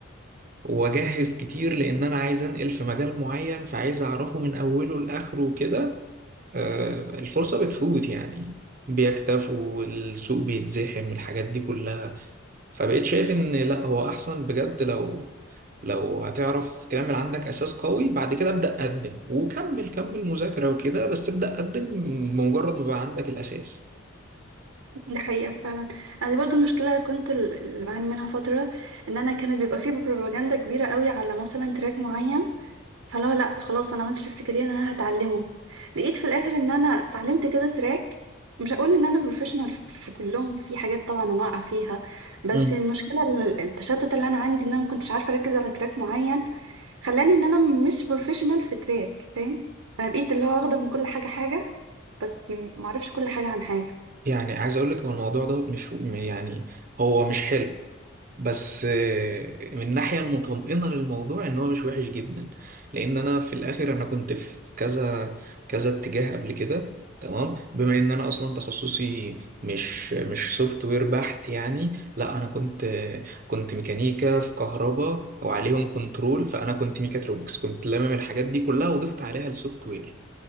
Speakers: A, on the right; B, on the right.
A: واجهز كتير لان انا عايز انقل في مجال معين فعايز اعرفه من اوله لاخره كده آه، الفرصه بتفوت يعني بيكتفوا السوق بيتزحم الحاجات دي كلها فبقيت شايف ان لا هو احسن بجد لو لو هتعرف تعمل عندك اساس قوي بعد كده ابدا قدم وكمل كمل مذاكره وكده بس ابدا قدم بمجرد ما بقى عندك الاساس
B: دي حقيقة فعلا انا دي برضو المشكلة اللي كنت ال- اللي بعاني منها فترة ان انا كانت بيبقى فيه بروباجندا كبيرة قوي على مثلا تراك معين فلا لا خلاص انا عملت شيفت كارير انا هتعلمه لقيت في الاخر ان انا اتعلمت كذا تراك مش هقول ان انا بروفيشنال في كلهم في حاجات طبعا انا واقعه فيها بس
A: مم.
B: المشكله ال- التشتت اللي انا عندي ان انا ما كنتش عارفه اركز على تراك معين خلاني ان انا مش بروفيشنال في تراك فاهم انا بقيت اللي هو واخده من كل حاجه حاجه بس ما اعرفش كل حاجه عن حاجه
A: يعني عايز اقول لك هو الموضوع دوت مش يعني هو مش حلو بس آه، من الناحية المطمئنة للموضوع إن هو مش وحش جدا لأن أنا في الآخر أنا كنت في كذا كذا اتجاه قبل كده تمام بما إن أنا أصلا تخصصي مش مش سوفت وير بحت يعني لا أنا كنت آه، كنت ميكانيكا في كهرباء وعليهم كنترول فأنا كنت ميكاترونكس كنت لامم الحاجات دي كلها وضفت عليها السوفت وير